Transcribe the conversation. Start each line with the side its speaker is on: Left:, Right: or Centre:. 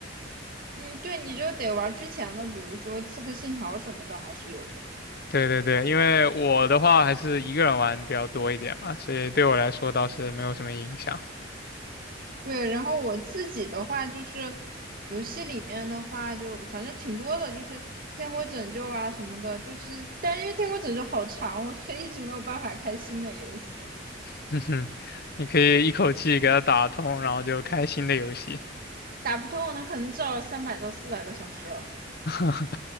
Right: 嗯，对，你就得玩儿之前的，比如说《刺客信条》什么的，还是有的。
Left: 对对对，因为我的话还是一个人玩比较多一点嘛，所以对我来说倒是没有什么影响。
Right: 对，然后我自己的话就是游戏里面的话就反正挺多的，就是《天国拯救》啊什么的，就是但是因为《天国拯救》好长哦所以一直没有办法开新的游戏，
Left: <laughs> 哼哼，你可以一口气给它打通，然后就开新的游戏。
Right: 打不通，它可能至少三百到四百个小时，
Left: <laughs>